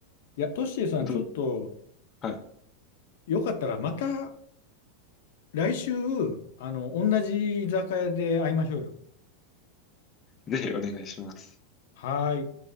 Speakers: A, on the left; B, on the left.
A: いや、トッシーさん、
B: 本当に
A: ちょっと、
B: はい。
A: よかったらまた来週、あの、同じ居酒屋で会いましょうよ。
B: ぜひお願いします。
A: はーい。